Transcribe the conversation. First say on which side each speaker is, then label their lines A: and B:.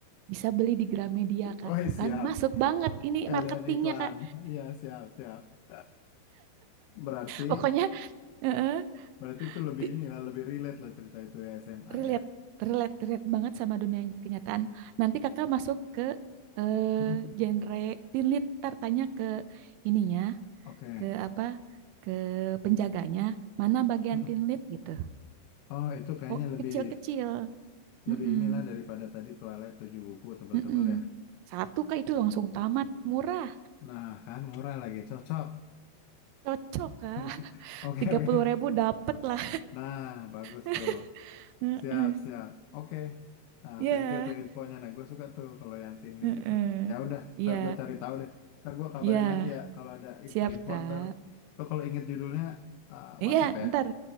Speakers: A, on the right (about 80°); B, on the left (about 90°).
A: bisa beli di Gramedia Kak.
B: oh iya,
A: Tuh
B: siap.
A: kan masuk banget ini
B: Sekalian
A: marketingnya
B: iklan.
A: Kak.
B: Iya, siap, siap. Berarti,
A: Pokoknya, heeh,
B: berarti itu lebih
A: di-
B: ini lah, lebih relate lah cerita itu ya SMA
A: relate
B: ya.
A: relate relate banget sama dunia kenyataan. Nanti kakak masuk ke eh,
B: Hmm,
A: genre teen lit, tanya ke ininya,
B: Oke.
A: ke apa, ke penjaganya, mana bagian
B: Hmm.
A: teen lit gitu.
B: Oh, itu kayaknya
A: Oh
B: lebih
A: kecil-kecil, Mm-mm.
B: lebih inilah daripada tadi Twilight 7 buku tebal-tebal
A: Mm-mm.
B: ya.
A: Satu kak itu langsung tamat, murah,
B: Nah, kan murah lagi, cocok.
A: cocok kak,
B: <laughs>
A: <laughs>
B: Oke,
A: tiga
B: oke.
A: puluh ribu dapet lah.
B: Nah, bagus
A: <laughs>
B: tuh. Siap,
A: Heeh.
B: siap. Oke. Nah,
A: Ya,
B: thank you tuh infonya. Nah, gue suka tuh kalau yang team lead
A: heeh.
B: itu. Ya udah, ntar
A: Ya,
B: gue cari tahu deh. Ntar gue kabarin
A: ya,
B: lagi ya kalau ada info-info.
A: siap kak.
B: Ntar lo kalau inget judulnya eh,
A: Iya,
B: WhatsApp ya.
A: ntar